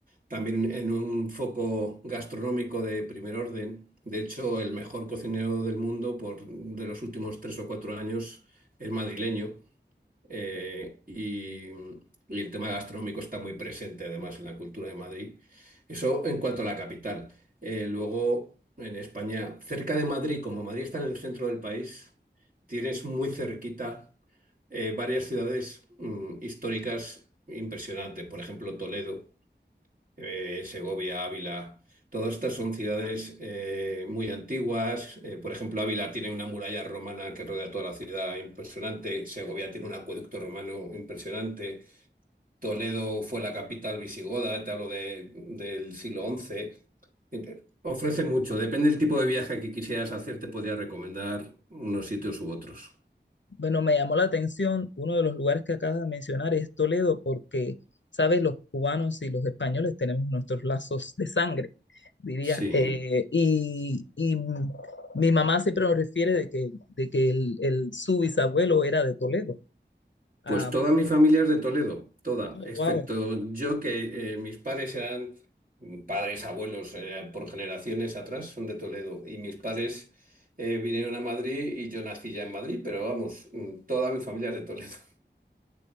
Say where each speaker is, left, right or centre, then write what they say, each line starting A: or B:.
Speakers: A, on the right; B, on the left.
A: también en un foco gastronómico de primer orden. De hecho, el mejor cocinero del mundo por, de los últimos tres o cuatro años es madrileño eh, y, y el tema gastronómico está muy presente además en la cultura de Madrid. Eso en cuanto a la capital. Eh, luego, en España, cerca de Madrid, como Madrid está en el centro del país, tienes muy cerquita eh, varias ciudades mm, históricas impresionantes. Por ejemplo, Toledo eh, Segovia, Ávila. Todas estas son ciudades eh, muy antiguas. Eh, por ejemplo, Ávila tiene una muralla romana que rodea toda la ciudad impresionante. Segovia tiene un acueducto romano impresionante. Toledo fue la capital visigoda, te hablo de- del siglo once. Eh, Ofrece mucho. Depende del tipo de viaje que quisieras hacer, te podría recomendar unos sitios u otros.
B: Bueno, me llamó la atención uno de los lugares que acabas de mencionar es Toledo, porque, sabes, los cubanos y los españoles tenemos nuestros lazos de sangre, diría.
A: Sí.
B: Eh, y, y m- mi mamá siempre nos refiere de que, de que el, el- su bisabuelo era de Toledo. Ah,
A: Pues toda mi familia es de Toledo, toda,
B: wow,
A: excepto yo que eh, mis padres eran padres, abuelos, eh, por generaciones atrás, son de Toledo. Y mis padres eh, vinieron a Madrid y yo nací ya en Madrid, pero vamos, mm, toda mi familia es de Toledo. <laughs>